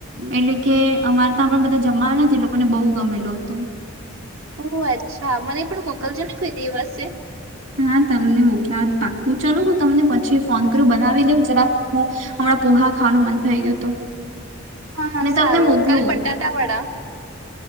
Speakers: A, on the right; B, on the right.
A: એટલે કે અમારે ત્યા પણ બધા જમવા જે લોકોને બહુ ગમેલું હતું
B: ઓ અચ્છા મને પણ મોકલજો ને કોઈ દિવસે
A: હા તમને મોક્યાદ પાકું ચલો હું તમને પછી ફોન કરું બનાવી લઉ જરાક હું હમણાં પોહા ખાવાનું મન થઈ ગયું તો
B: હા હા
A: મેં તમને
B: સારું
A: મોકલું
B: કાલે બટાટા વાડા